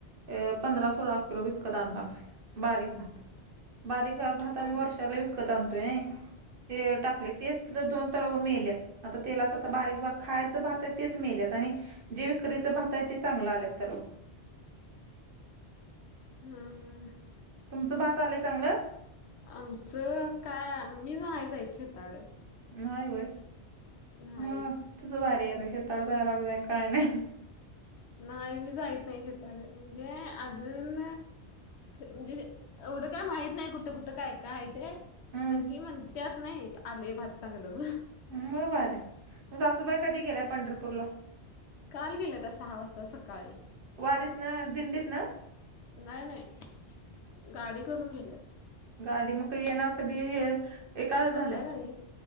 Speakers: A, on the right; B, on the left.
A: अ पंधरा सोळा किलो विकत आणला अस बारीक भात बारीक भात
B: ह
A: आम्ही वर्षाला विक - विकत आणतोय ते टाकले तेच दोन तर व मेल्यात आता तेलाच आता बारीक भात खायचं भात ये तेच मेल्यात आणि- जे विक्रीचं भात आहे ते चांगलं आलेत तर
B: हू हू
A: तुमचं भात आलंय चांगलं
B: आमचं काय मी नाही जायच शेताड
A: नाय वय
B: नाही
A: मग तुझं किती भारी आहे <unintelligible> काय नाय.
B: नाही, मी जाइत नाही शेताकडे. म्हणजे अजून, म्हणजे एवढं काय माहित नाय कुठ कुठं, काय काय आहे ते.
A: हम्म
B: पण हे म्हणत्यात नाहीत आले भात चांगलं.
A: मग भारी! मग सासूबाई कधी गेल्या पंढरपूरला?
B: काल गेल्या त्या सहा वाजता सकाळी.
A: वारीतन अन दिंडीत ना?
B: नाही नाही, गाडी करून गेल्यात.
A: गाडी, मग ते येणार कधी ये एखाद्या
B: संध्याकाळी
A: झाल्या,